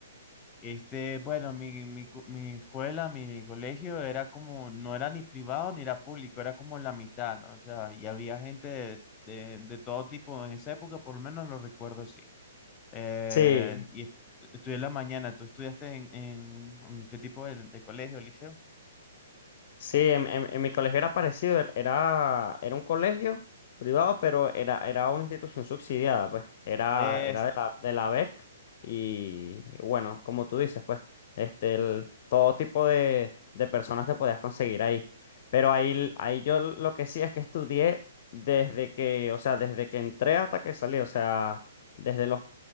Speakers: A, on the left; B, on the left.
A: Este, bueno, mi, mi, co- mi escuela, mi colegio era como, no era ni privado ni era público, era como la mitad, ¿no? O sea, y había gente de, de, de todo tipo en esa época, por lo menos lo recuerdo así. Eh,
B: Sí,
A: y est- estudié en la mañana. ¿Tú estudiaste en, en- en qué tipo de, de colegio, liceo?
B: Sí, en, en- en mi colegio era parecido, er- era, era un colegio privado, pero era, era una institución subsidiada, pues, era,
A: Exacto.
B: era de la, de la BEC y bueno, como tú dices, pues, este, el- todo tipo de, de personas te podías conseguir ahí. Pero ahí, ahí yo lo que sí es que estudié desde que, o sea, desde que entré hasta que salí, o sea, desde los,